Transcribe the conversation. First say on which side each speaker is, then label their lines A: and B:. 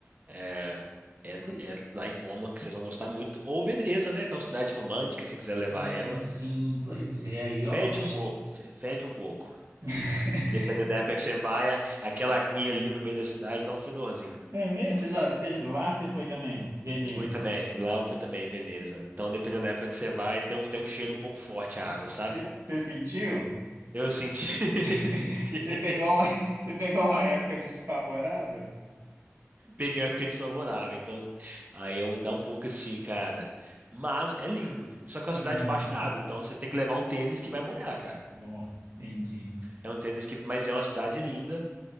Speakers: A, on the right; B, on the right.
A: é, é,
B: Pois-
A: é lá em Roma que vocês vão gostar muito. Ou Veneza, né? Que é uma cidade romântica, se você
B: Sim,
A: quiser levar ela.
B: sim. Pois é, aí,
A: Fede
B: ó. os-
A: um pouco, fe- fede um pouco.
B: <laughs>
A: Dependendo da época que você vai, a- aquela aguinha ali no meio da cidade dá um fedorzinho.
B: É mesmo? Você já, você, lá você foi também, Veneza.
A: Fui também, lá eu fui também, em Veneza. Então, dependendo da época que você vai, tem um, tem um cheiro um pouco forte a
B: Você,
A: água, sabe?
B: você sentiu?
A: Eu senti,
B: <laughs>
A: <laughs> senti.
B: Você pegou uma, você pegou uma época desfavorável?
A: peguei uma época desfavorável, então aí eu dá um pouco assim, cara. Mas é lindo. Só que
B: Aham.
A: é uma cidade debaixo d'água, então você tem que levar um tênis que vai molhar, cara.
B: Não, entendi.
A: É um tênis que, mas é uma cidade linda,